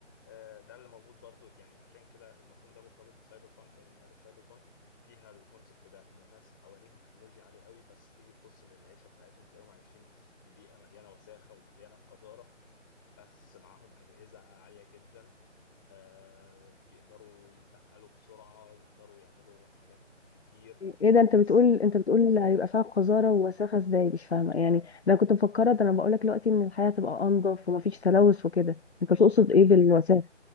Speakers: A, on the left; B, on the left.
A: آه، ده اللي موجود برضو يعني عشان كده المفهوم ده مرتبط بسايبر بانك لأن لعبة سايبر بانك فيها الكونسبت ده إن الناس حواليهم تكنولوجيا عالية قوي بس تيجي تبص للعيشة بتاعتهم تلاقيهم عايشين في بيئة مليانة وساخة ومليانة قذارة بس معاهم أجهزة عالية جدا آه، بيقدروا يتنقلوا بسرعة يقدروا يعملوا حاجات كتير
B: ايه ده
A: بس
B: انت بتقول انت بتقول هيبقى فيها قذاره ووساخه ازاي مش فاهمه يعني ده انا كنت مفكره ده انا بقول لك دلوقتي ان الحياه تبقى انضف ومفيش تلوث وكده انت تقصد
A: لا
B: ايه بالوساخه